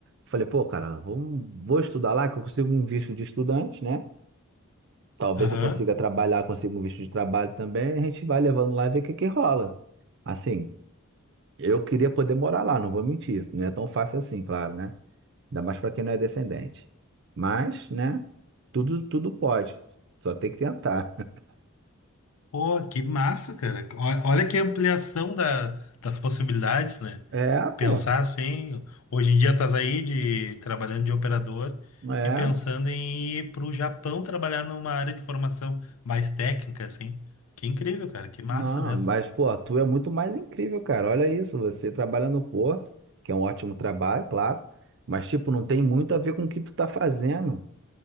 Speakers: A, on the right; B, on the left.
A: Falei, pô, cara, vamos- vou estudar lá, que eu consigo um visto de estudante, né? Talvez
B: Aham.
A: eu consiga trabalhar, consiga um visto de trabalho também. A gente vai levando lá e vê o que que rola. Assim, eu queria poder morar lá, não vou mentir. Não é tão fácil assim, claro, né? Ainda mais para quem não é descendente. Mas, né? Tudo, tudo pode. Só tem que tentar. <laughs>
B: Pô, que massa, cara. Ó- Olha que ampliação da- das possibilidades, né?
A: É, pô.
B: Pensar assim, hoje em dia estás aí de, trabalhando de operador
A: É.
B: e pensando em ir para o Japão trabalhar numa área de formação mais técnica, assim. Que incrível, cara, que massa
A: Não,
B: mesmo.
A: mas, pô, tu é muito mais incrível, cara. Olha isso. Você trabalha no Porto, que é um ótimo trabalho, claro. Mas, tipo, não tem muito a ver com o que tu tá fazendo.